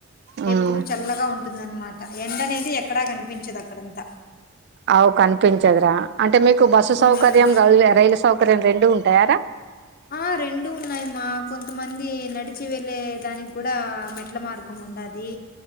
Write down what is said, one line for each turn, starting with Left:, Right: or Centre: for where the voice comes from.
Right: ఉమ్
Left: ఎప్పుడు చల్లగా ఉం ఉందనమాట ఎండ అనేది ఎక్కడా కనిపించదు అక్కడంతా
Right: అవు కనిపించదురా అంటే మీకు బస్సు
Left: హ్మ్.
Right: సౌకర్యం రై రైలు సౌకర్యం రెండు ఉంటాయార
Left: ఆ రెండూ ఉన్నాయి మా కొంతమంది నడిచి వెల్లే దానికి కూడా మెట్ల మార్గం ఉండది